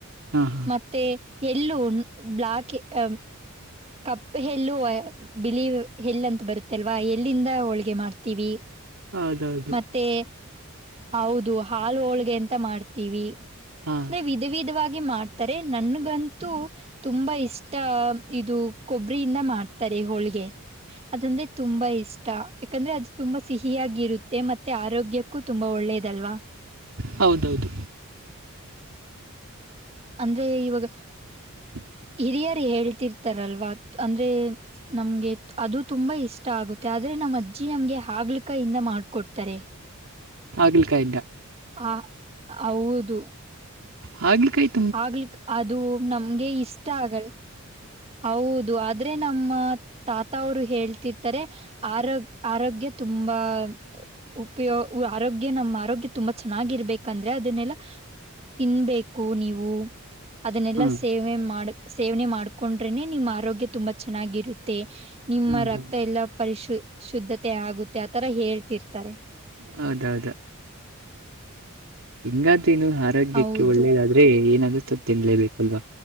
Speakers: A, on the right; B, on the right.
A: ಹಾ ಹಾ
B: ಮತ್ತೆ ಎಳ್ಳು ಹ್ಮ್ ಬ್ಲಾಕ್ ಎ ಕಪ್ಪು ಎಳ್ಳು ಬಿಳ್ಳಿ ಎಳ್ಳು ಅಂತ ಬರುತ್ತಲ್ವಾ ಎಳ್ಳಿಂದ ಹೋಳಿಗೆ ಮಾಡ್ತೀವಿ.
A: ಹೌದೌದು
B: ಮತ್ತೆ ಹೌದು ಹಾಲು ಹೋಳಿಗೆ ಅಂತ ಮಾಡ್ತೀವಿ
A: ಹಾ
B: ಅಂದೆ ವಿಧ ವಿಧವಾಗಿ ಮಾಡ್ತಾರೆ ನನ್ಗಂತೂ ತುಂಬಾ ಇಷ್ಟ ಇದು ಕೊಬ್ಬರಿಯಿಂದ ಮಾಡ್ತಾರೆ ಹೋಳಿಗೆ. ಅದಂದ್ರೆ ತುಂಬಾ ಇಷ್ಟ ಯಾಕಂದ್ರೆ ಅದು ತುಂಬಾ ಸಿಹಿಯಾಗಿ ಇರುತ್ತೆ ಮತ್ತೆ ಆರೋಗ್ಯಕ್ಕೂ ಕ್ಕು ತುಂಬಾ ಒಳ್ಳೇದಲ್ವಾ.
A: ಹೌದೌದು
B: ಅಂದ್ರೆ ಇವಾಗ
A: ಹ
B: ಹಿರಿಯರ್ ಹೇಳ್ತಿರ್ತಾರಲ್ವಾ ಅಂದ್ರೆ ನಮ್ಗೆ ಅದು ತುಂಬಾ ಇಷ್ಟ ಆಗುತ್ತೆ ಆದ್ರೆ ನಮ್ಮ್ ಅಜ್ಜಿ ನಮಗೆ ಹಗಲಕಾಯಿಂದ ಮಾಡ್ಕೊಡ್ತಾರೆ.
A: ಹಾಗಲ ಕಾಯಿಂದ
B: ಹ ಹೌದು
A: ಹಾಗಲ ಕಾಯ್
B: ಹಾಗಲ್ ಕಾ ಅದು ನಮ್ಗೆ ಇಷ್ಟ ಆಗಲ್. ಹೌದು ಆದ್ರೆ ನಮ್ಮ ತಾತ ಅವರು ಹೇಳ್ತಿರ್ತಾರೆ. ಆರೋಗ್ ಆರೋಗ್ಯ ತುಂಬಾ. ಉಪಯೂ ಆರೋಗ್ಯ ನಮ್ಮ ಆರೋಗ್ಯ ತುಂಬಾ ಚೆನ್ನಾಗಿರ್ಬೇಕಂದ್ರೆ ಅದನ್ನೆಲ್ಲಾ ತಿನ್ಬೇಕು ನೀವು ಅದನ್ನೆಲ್ಲಾ
A: ಹ್ಮ್
B: ಸೇವೆ ಮಾಡ ಸೇವನೆ ಮಾಡ. ಕೊಂಡ್ರೆನೆ ನಿಮ್ಮ ಆರೋಗ್ಯ ತುಂಬಾ ಚೆನ್ನಾಗಿರುತ್ತೆ ನಿಮ್ಮ
A: ಹೌದೌದು
B: ರಕ್ತ ಎಲ್ಲಾ ಪರಿಶು. ಶುದ್ಧತೆ ಆಗುತ್ತೆ ಆತರಾ ಹೇಳ್ತಿರ್ತಾರೆ.
A: ಹೌದು ದೌದು. ಹಿಂಗತಿನ್ನು ಹಾತ್. ಆರೋಗ್ಯಕ್ಕೆ
B: ಹೌದು
A: ಒಳ್ಳೇದಾದ್ರೆ ಏನಾದ್ರೂ ತಿ ತಿನ್ನಲೇಬೇಕಲ್ವಾ